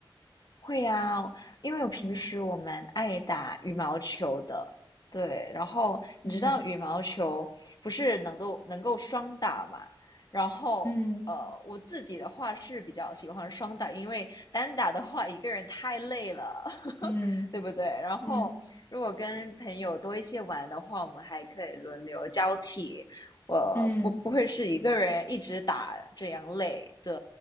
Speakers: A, on the left; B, on the left.
A: 会呀，因为我平时我蛮爱打羽毛球的，
B: 嗯
A: 对。然后你知道羽毛球不是能够能够双打嘛？
B: 嗯
A: 然后呃，
B: 嗯
A: 我自己的话是比较喜欢双打，因为单打的话一个人太累了。
B: 嗯
A: 对不对？然后如果跟朋友多一些玩的话，
B: 嗯
A: 我们还可以轮流交替。我不不会是一个人一直打这样累，
B: 嗯
A: 对。